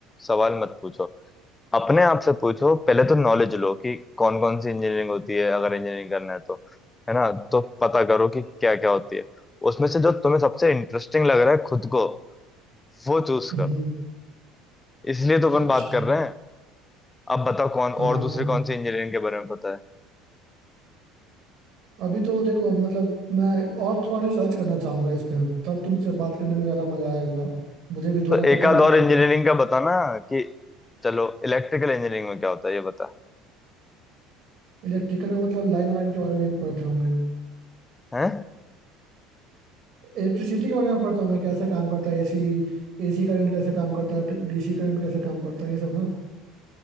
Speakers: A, on the left; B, on the right.
A: सवाल मत पूछो अपने आप से पूछो पहले तो नॉलेज लो कि कौन कौन सी इंजीनियरिंग होती है अगर इंजीनियरिंग करना है तो है ना तो पता करो कि क्या क्या होती है उसमें से जो तुम्हें सबसे इंटरेस्टिंग लग रहा है खुद को वो चूज
B: हम्म
A: करो इसलिए तो अपन
B: अच्छा
A: बात कर रहे हैं अब बताओ कौन
B: हाँ हाँ
A: और दूसरी
B: हाँ।
A: कौन सी इंजीनियरिंग के बारे में पता है
B: अभी तो देखो मतलब मैं और थोड़ा रिसर्च करना चाहूंगा इस पे तब तुमसे बात करने में ज़्यादा मजा आएगा मुझे भी थोड़ा
A: तो
B: पता
A: एक आध
B: होगा
A: और इंजीनियरिंग का बताना कि चलो इलेक्ट्रिकल इंजीनियरिंग में क्या होता है ये बता
B: इलेक्ट्रिकल में मतलब लाइन वाइन के बारे में भी पढ़ते होंगे
A: है
B: इलेक्ट्रिसिटी के बारे में पढ़ते होंगे कैसे काम करता है एसी एसी करंट कैसे काम करता है डीसी करंट कैसे काम करता है ये सब ना